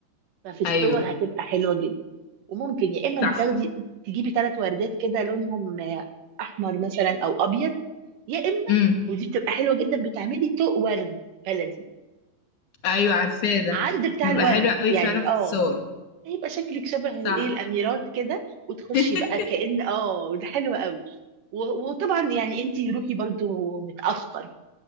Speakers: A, on the right (about 75°); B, on the left (about 65°).
A: ففي الصور
B: ايوه
A: هتبقى حلوه جدا وممكن يا اما
B: صح
A: تاخدي تجيبي ثلاث وردات كده لونهم آه، احمر مثلا او ابيض يا اما
B: امم
A: ودي بتبقى حلوه جدا بتعملي طوق ورد بلدي
B: ايوه عارفاه ده
A: عند بتاع
B: بيبقى
A: الورد
B: حلو قوي
A: يعني
B: فعلا في
A: اه
B: الصور
A: هيبقى شكلك شبه الايه
B: صح
A: الاميرات كده وتخشي
B: <laughs>
A: بقى كأن اه ده حلو قوي و- وطبعا يعني انت روحي برضو متأخر